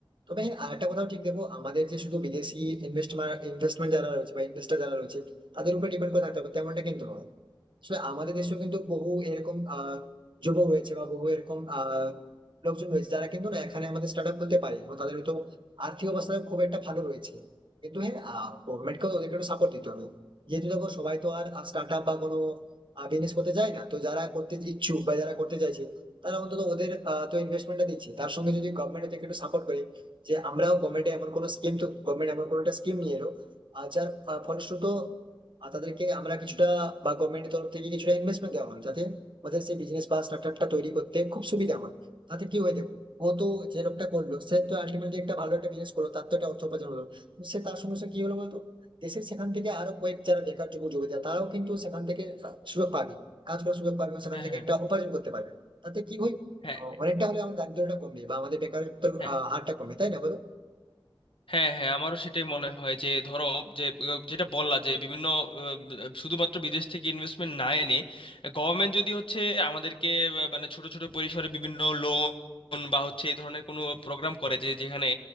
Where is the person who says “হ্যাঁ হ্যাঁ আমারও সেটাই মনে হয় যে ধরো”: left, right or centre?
Left